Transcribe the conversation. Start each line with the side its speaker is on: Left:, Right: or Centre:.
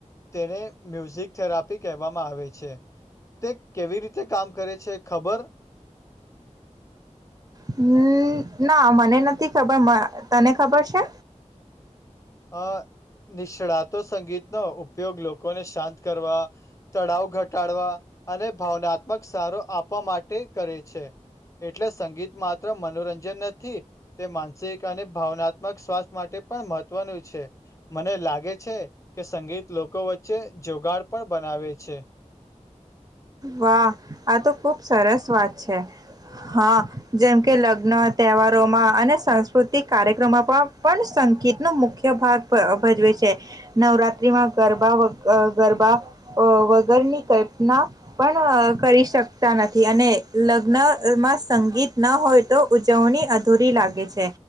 Left: તેને મ્યુઝિક થેરાપી કહેવામાં આવે છે. તે કેવી રીતે કામ કરે છે, ખબર?
Right: હમ, ના, મને નથી ખબર. તને ખબર છે?
Left: અ નિષ્ણાતો સંગીતનો ઉપયોગ લોકો કોને શાંત કરવા તણાવ ઘટાડવા અને ભાવનાત્મક સારો આપવા માટે કરે છે. એટલે સંગીત માત્ર મનોરંજન નથી, તે માનસિક અને ભાવનાત્મક સ્વાસ્થ્ય માટે પણ મહ મહવનું છે. મને લાગે છે કે સંગીત લોકો વચ્ચે જોગાડ પણ બનાવે છે.
Right: વાહ, આ તો ખુબ સરસ વાત છે. હા, જેમ કે લગ્ન, તહેવારોમાં અને સાંસ્કૃતિક કાર્યક્રમોમાં પણ સંગીતનો મુખ્ય ભાગ ભજવે છે. નવરાત્રીમાં ગરબા ગરબા વગરની કલ્પના પણ કરી શકતા નથી. અને લગ્નમાં સંગીત ના હોય તો ઉજવણી અધૂરી લાગે છે.